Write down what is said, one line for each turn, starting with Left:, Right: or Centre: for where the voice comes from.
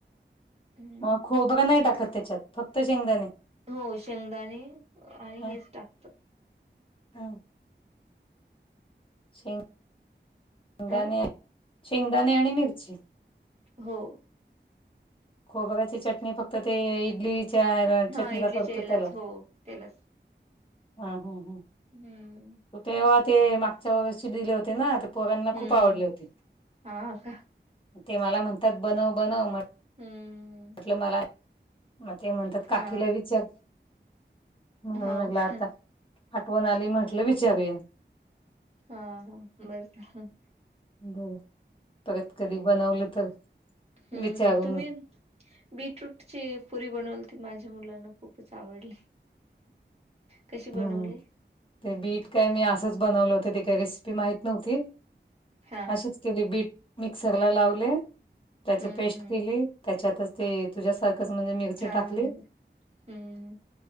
Right: हम्म
Left: मग खोबरं नाही टाकत त्याच्यात फक्त शेंगदाणे?
Right: हो शेंगदाणे आणि
Left: ह
Right: हेच टाकत,
Left: ह शेग दाणे शेंगदाणे
Right: अ
Left: शेंगदाणे आणि मिरची,
Right: हो.
Left: खोबऱ्याची चटणी फक्त ते इडली च्यार
Right: हा
Left: चटणीला
Right: इडलीच्या
Left: करतो
Right: यालाच
Left: त्याला
Right: हो त्यालाच
Left: हा हम्म हम्म
Right: हम्म
Left: मग तेव्हा ते मागच्या वर्षी दिले होते ना पोरांना
Right: हम्म
Left: खूप आवडले
Right: हम्म
Left: होते
Right: हा का
Left: ते मला म्हणतात बनव बनव,
Right: हम्म
Left: म्हटलं मला मग ते म्हणतात काकीला
Right: हा
Left: विचार, म्हणून
Right: हा
Left: म्हटलं
Right: हो का
Left: आता आठवण आली म्हटलं
Right: हम्म
Left: विचारूया.
Right: बर हा हा बर झालं.
Left: बघू परत कधी बनवलं तर.
Right: हम्म
Left: विचारून
Right: तुम्ही बीटरूट ची पुरी बनवली ती माझ्या मुलांना खूपच आवडली. कशी
Left: ह
Right: बनवली?
Left: ते बीट काय मी असंच बनवलं होत ते काय रेसिपी माहीत नव्हती
Right: हा
Left: अशीच केली बीट मिक्सरला लावले त्याची
Right: हम्म
Left: पेस्ट
Right: हम्म
Left: केली त्याच्यातच ते तुझ्यासारखंच म्हणजे मिरची
Right: हा
Left: टाकली
Right: मी हम्म